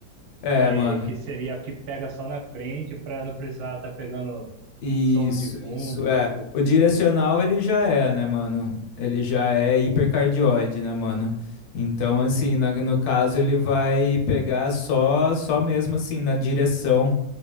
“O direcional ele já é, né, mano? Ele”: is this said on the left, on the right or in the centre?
Left